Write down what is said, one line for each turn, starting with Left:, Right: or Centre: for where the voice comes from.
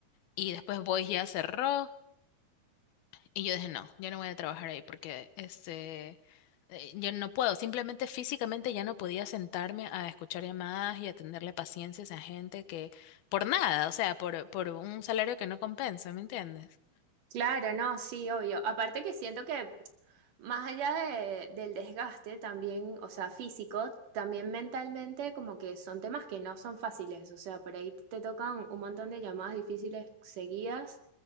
Left: y después Voice ya cerró y yo dije, no, yo no voy a trabajar ahí porque este, eh, yo no puedo. Simplemente físicamente ya no podía sentarme a escuchar llamadas y a tenerle paciencia a esa gente que por nada, o sea, por, por un salario que no compensa, ¿me entiendes?
Right: Claro, no, sí, obvio. Aparte que siento que más allá de- del desgaste también, o sea, físico, también mentalmente como que son temas que no son fáciles, o sea, por ahí te tocan un montón de llamadas difíciles seguidas